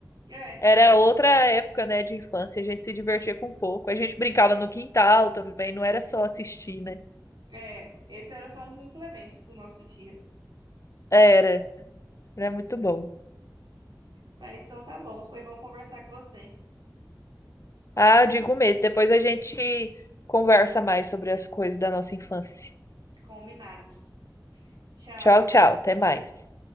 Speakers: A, on the right; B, on the left.
A: É.
B: Era outra época, né, de infância, a gente se divertia com pouco. A gente brincava no quintal também, não era só assistir, né?
A: É, esse era só um complemento do nosso dia.
B: Era, era muito bom.
A: Mas então tá bom, foi bom conversar com você.
B: Ah, eu digo mesmo, depois a gente conversa mais sobre as coisas da nossa infância.
A: Combinado. Tchau.
B: Tchau, tchau, até mais.